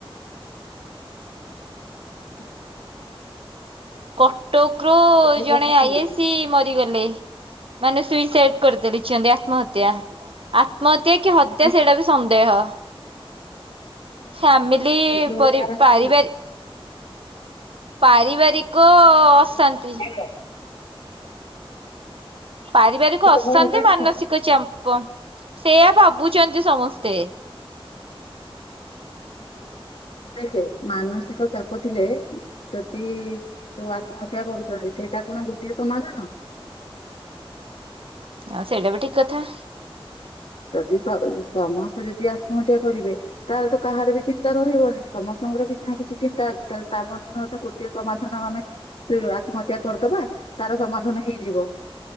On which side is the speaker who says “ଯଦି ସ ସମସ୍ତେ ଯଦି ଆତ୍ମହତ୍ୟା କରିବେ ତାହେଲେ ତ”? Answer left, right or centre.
Left